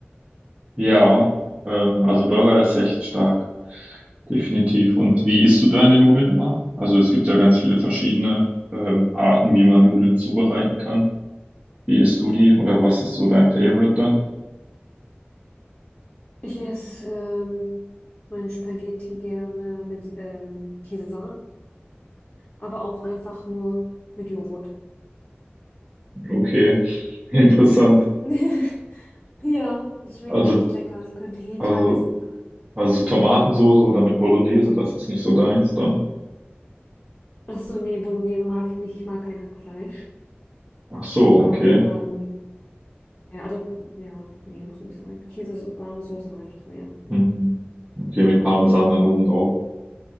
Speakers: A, on the right; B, on the left.
A: Ja, ähm, also Burger ist echt stark, definitiv. Und wie isst du deine Nudeln immer? Also es gibt ja ganz viele verschiedene ähm, Arten, wie man Nudeln zubereiten kann. Wie isst du die oder was ist so dein Favorite dann?
B: Ich esse ähm, mein Spaghetti gerne mit ähm, käse aber auch einfach nur mit Joghurt.
A: Okay, <laughs> interessant.
B: <laughs> Ja, das schmeckt
A: Also,
B: echt lecker. Könnte ich jeden
A: also
B: Tag essen.
A: Also so Tomatensoße oder mit Bolognese, das ist nicht so deins dann.
B: Achso, nee, Bolognese mag ich nicht. Ich mag kein Hackfleisch.
A: Ach so,
B: Ähm,
A: okay.
B: Ja, also, ja, nee, muss nicht sein. Käse, warme Soße mag ich mehr. Mhm.
A: Mhm. Okay, mit Parmesan dann oben drauf.